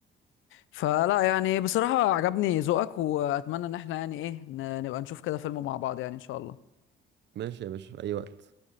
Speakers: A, on the left; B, on the right.
A: فلا يعني بصراحة عجبني ذوقك وأتمنى إن احنا يعني إيه ن- نبقى نشوف كده فيلم مع بعض يعني إن شاء الله
B: ماشي يا باشا في اي وقت